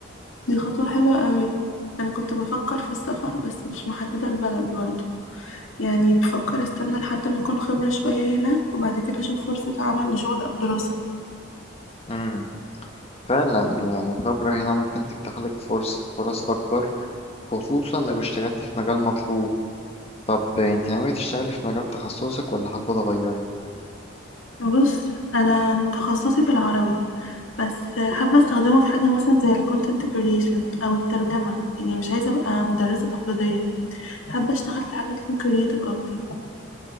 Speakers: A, on the left; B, on the left.
A: دي خطوه حلوه قوي انا كنت بفكر في السفر بس مش محدده البلد برضه يعني بفكر استنى لحد ما اكون خبرة شوية هنا وبعد كده اشوف فرصة عمل لشغل او دراسة
B: امم فعلا يعني الخبرة هنا ممكن تفتح لك فرص فرص أكبر خصوصا لو اشتغلت في مجال مطلوب طب انت ناوية تشتغلي في مجال تخصصك ولا حابة تغيري
A: بص انا تخصصي في العربي بس حابة استخدمه في حاجة مثلا زي ال content creation او الترجمة يعني مش عايزة ابقى مدرسة تقليدية حابة اشتغل في حاجة تكون creative اكتر